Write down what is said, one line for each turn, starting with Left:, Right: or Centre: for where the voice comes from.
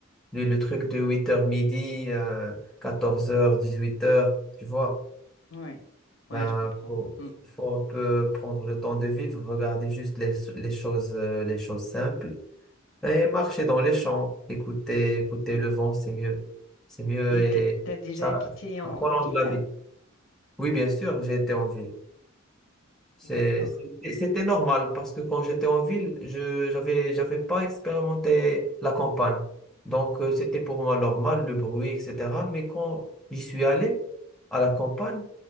Centre: Le, le truc de huit heures midi, euh, quatorze heures dix-huit heures tu vois.
Left: ouais, ouais,
Centre: Ben,
Left: je comprends.
Centre: faut,
Left: Mm.
Centre: faut un peu prendre le temps de vivre, regarder juste les, les choses, euh, les choses simples et marcher dans les champs, écouter, écouter le vent, c'est mieux. C'est mieux
Left: Et
Centre: et
Left: tu as déjà
Centre: ça,
Left: habité en,
Centre: ça prolonge
Left: en ville?
Centre: la vie. Oui, bien sûr, j'ai été en ville. C'est-
Left: D'accord.
Centre: C'était c'était normal parce que quand j'étais en ville, je j'avais j'avais pas expérimenté la campagne. Donc euh, c'était pour moi normal, le bruit, etc. Mais quand j'y suis allé à la campagne,